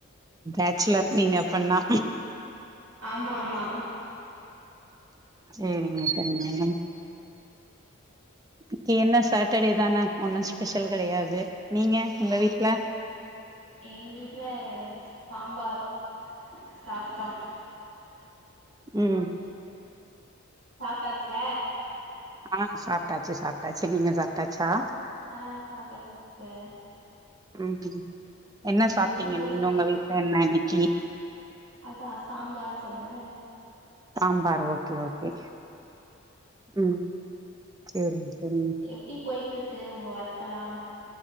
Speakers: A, on the right (about 15°); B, on the right (about 60°).
A: பேச்லர் நீங்க பண்ணா
B: ஆமா ஆமா
A: சேரிங்க செரிங்க நம் க்கிஎன்ன சேட்டர்டே தான ஒன்னு ஸ்பெஷல் கெடையாது நீங்க உங்க
B: ஆஹ்
A: வீட்ல
B: எங்க வீட்ல சாம்பார் சாத்தம்
A: உம்
B: சாப்டாச்ல
A: ஆஹ் சாப்டாச்சி சாப்டாச்சி நீங்க சாப்டாச்சா
B: ஆஹ் சாப்டாச்சி சிஸ்டர்
A: ஆம்பி என்ன சாப்டிங்க
B: எப்டி போயிட்ருக்கு
A: நீங்க உங்க வீட்ல என்ன இன்னைக் சேரி
B: அதா சாம்பார் சொன்னேல
A: தாம் பாரு ஓகே ஓகே ம் சேரிங்க சேரிங்க
B: எப்டி பொயிட்ருக்கு உங்க வா கலா